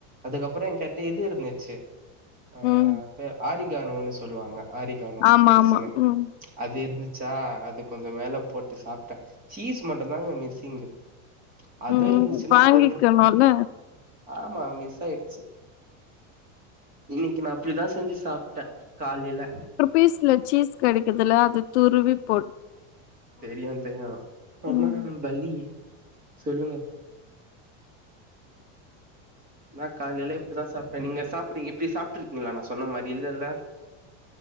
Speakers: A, on the right; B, on the left.
A: அதுக்கப்புற என் கிட்ட இது இருந்துச்சு ஆ
B: ம்
A: பேர் ஆரிகானோனு சொல்லுவாங்க ஆரிகானோ
B: ஆமா
A: பிளெக்ஸ்னு
B: ஆமா ம்
A: அது இருந்துச்சா அது கொஞ்ச மேல போட்டு சாப்ட்ட சீஸ் மட்டு தாங்க மிஸ்ஸிங்கு அது
B: ம்
A: இருந்துச்சுன்னா
B: வாங்கிக்கணும்ல
A: போட்ருப்ப ஆமா மிஸ் ஆயிடுச்சு இன்னைக்கு நா அப்டிதா செஞ்சு சாப்ட்ட காலைல
B: சீஸ்ன சீஸ் கெடைக்குதுல்ல அது துருவி போ
A: தெரியு தெரியு அம்மா
B: ம்
A: பல்லி சொல்லுங்க நா காலைல இப்டிதா சாப்ட்ட நீங்க சாப்படறீங்க இப்ப சாப்ட்ருக்கீங்களா நா சொன்ன மாரி இல்லல்ல